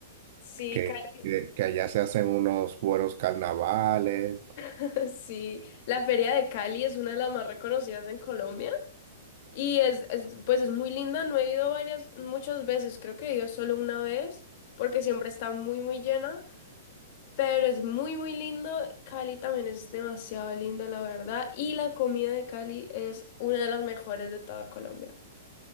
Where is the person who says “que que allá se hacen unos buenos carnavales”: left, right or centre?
Right